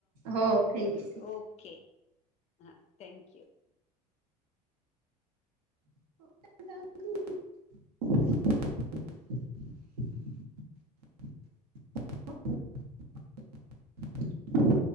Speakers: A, on the right (about 70°); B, on the left (about 35°).
A: हो थँक्यू
B: बोल ओके हा थँक्यू
A: <inaudible> <inaudible>